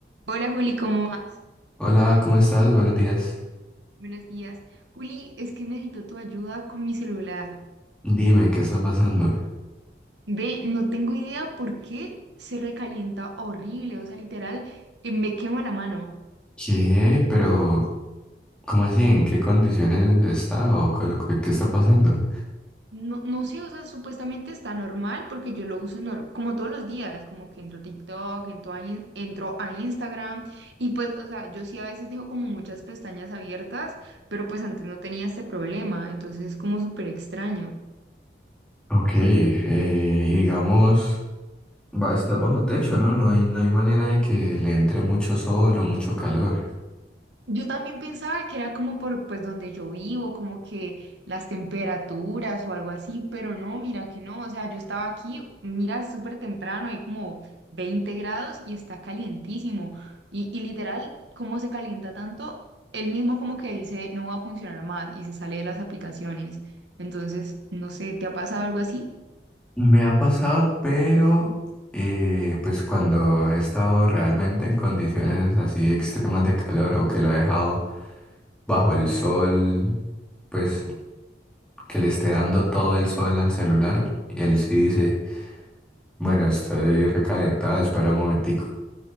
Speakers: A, on the right; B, in the centre.
A: Hola Juli, ¿cómo vas?
B: Hola, ¿cómo estás? Buenos días.
A: Buenos días. Juli, es que necesito tu ayuda con mi celular.
B: Dime, ¿qué está pasando?
A: Ve, no tengo idea por qué se recalienta horrible, o sea, literal, eh, me quema la mano.
B: ¿Qué? Pero, ¿cómo así? ¿En qué condiciones está o qué, qué- qué está pasando?
A: No, no sé, o sea, supuestamente está normal porque yo lo uso nor- como todos los días, como que entro a TikTok, entro a, in- entro a Instagram y pues, o sea, yo sí a veces dejo como muchas pestañas abiertas, pero pues antes no tenía este problema, entonces es como súper extraño.
B: Ok, eh, y digamos, va, estás bajo techo, ¿no? No hay, no hay manera de que le entre mucho sol o mucho calor.
A: Yo también pensaba que era como por pues donde yo vivo, como que las temperaturas o algo así, pero no, mira que no, o sea, yo estaba aquí, mira, es súper temprano, hay como 20 grados y está calientísimo. Y, y literal, ¿cómo se calienta tanto? Él mismo como que dice, no va a funcionar más y se sale de las aplicaciones. Entonces, no sé, ¿te ha pasado algo así?
B: Me ha pasado, pero eh, pues cuando he estado realmente en condiciones así extremas de calor o que lo he dejado bajo el sol, pues que le esté dando todo el sol al celular y él sí dice, bueno, estoy recalentada, espera un momentico.